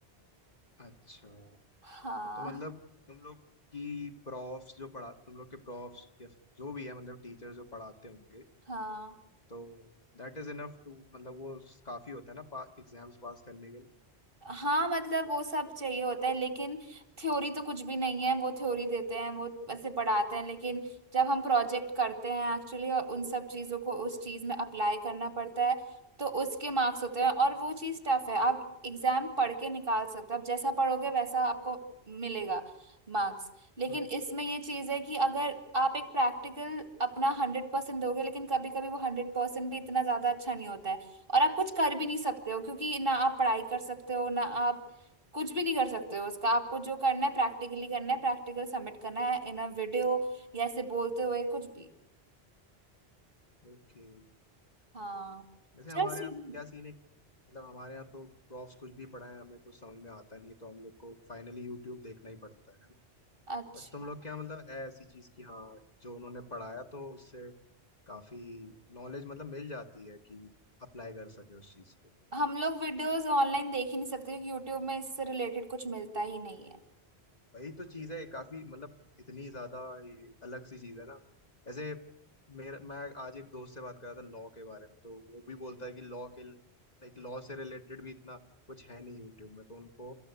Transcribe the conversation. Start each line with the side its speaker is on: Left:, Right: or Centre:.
Left: अच्छा
Right: हाँ
Left: तो मतलब तुम लोग की प्रॉफ्स जो पढ़ा तुम लोग के प्रॉफ्स या फिर जो भी है मतलब टीचर जो पढ़ाते होंगे
Right: हाँ
Left: तो दैट इज इनफ टू मतलब वो काफी होता है ना पा, एग्जाम्स पास करने के लिए
Right: हाँ मतलब वो सब चाहिए होता है लेकिन थ्योरी तो कुछ भी नहीं है वो थ्योरी देते हैं वो ऐसे पढ़ाते हैं लेकिन जब हम प्रोजेक्ट करते हैं एक्चुअली और उन सब चीजों को उस चीज में अप्लाई करना पड़ता है तो उसके मार्क्स होते हैं और वो चीज टफ है आप एग्जाम पढ़ के निकाल सकते हो आप जैसा पढ़ोगे वैसा आपको मिलेगा मार्क्स लेकिन
Left: हम्म
Right: इसमें ये चीज है कि अगर आप एक प्रैक्टिकल अपना हंड्रेड परसेंट दोगे लेकिन कभी कभी वो हंड्रेड परसेंट भी इतना ज्यादा अच्छा नहीं होता है और आप कुछ कर भी नहीं सकते हो क्योंकि ना आप पढ़ाई कर सकते हो ना आप कुछ भी नहीं कर सकते हो उसका आपको जो करना है प्रैक्टिकली करना है प्रैक्टिकल सबमिट करना है इन अ वीडियो या ऐसे बोलते हुए कुछ भी
Left: ओके
Right: हाँ
Left: वैसे
Right: चल
Left: हमारे
Right: सुन
Left: यहाँ क्या सीन है मतलब हमारे यहाँ तो प्रॉफ्स कुछ भी पढ़ाए हमें कुछ समझ में आता नहीं है तो हम लोग को फाइनली यूट्यूब देखना ही पड़ता है ना
Right: अच्छा
Left: बट तुम लोग क्या मतलब है ऐसी चीज की हाँ जो उन्होंने पढ़ाया तो उससे काफी नॉलेज मतलब मिल जाती है कि अप्लाई कर सके उस चीज को
Right: हम लोग वीडियोस ऑनलाइन देख ही नहीं सकते क्योंकि यूट्यूब में इससे रिलेटेड कुछ मिलता ही नहीं है
Left: वही तो चीज है काफी मतलब इतनी ज्यादा ये अलग सी चीज है ना ऐसे मेरा मैं आज एक दोस्त से बात कर रहा था लॉ के बारे में तो वो भी बोलता है कि लॉ के लाइक लॉ से रिलेटेड भी इतना कुछ है नहीं यूट्यूब में तो उनको